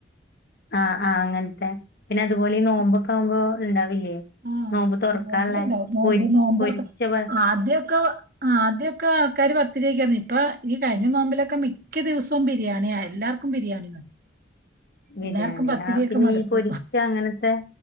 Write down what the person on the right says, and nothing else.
ഉം
ആഹ്
നോമ്പിലുണ്ടാവും നോമ്പ്
നോമ്പൊറക്ക
ആദ്യൊക്കെ ആ ആദ്യൊക്കെ ആൾക്കാര് പത്ത് രക്കന്ന് ഇപ്പൊ ഈ കഴിഞ്ഞ നോമ്പിലൊക്കെ മിക്ക ദിവസവും ബിരിയാണിയ എല്ലാർക്കും ക്കും ബിരിയാണി മതി
എല്ലാർക്കും പത്തിരി
യൊക്കെ
മടുത്തു